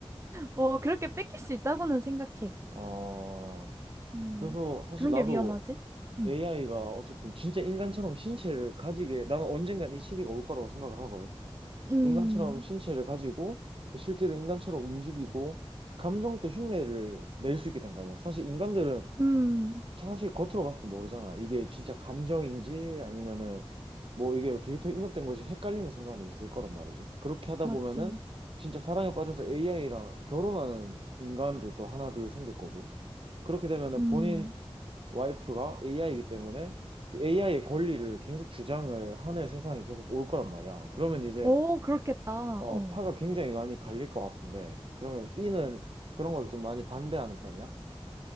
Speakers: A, on the right; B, on the right.
A: 어, 그렇게 뺏길 수 있다고는 생각해.
B: 어,
A: 음,
B: 그래서 사실
A: 그런
B: 나도
A: 게 위험하지? 음,
B: AI가 어쨌든 진짜 인간처럼 신체를 가지게, 나는 언젠간 이 시기가 올 거라고 생각을 하거든.
A: 음,
B: 인간처럼 신체를 가지고, 그 실제로 인간처럼 움직이고, 감정도 흉내를 낼 수 있게 된다면, 사실 인간들은
A: 음,
B: 사실 겉으로 봤을 때 모르잖아. 이게 진짜 감정인지 아니면은 뭐 이게 데이터 입력된 것이 헷갈리는 순간이 있을 거란 말이지. 그렇게 하다
A: 맞지.
B: 보면은 진짜 사랑에 빠져서 AI랑 결혼하는 인간들도 하나 둘 생길 거고. 그렇게 되면은
A: 음,
B: 본인 와이프가 AI이기 때문에 AI의 권리를 계속 주장을 하는 세상이 계속 올 거란 말이야. 그러면 이제
A: 오, 그렇겠다.
B: 어,
A: 어,
B: 파가 굉장히 많이 갈릴 것 같은데. 그러면 B는 그런 걸 좀 많이 반대하는 편이야?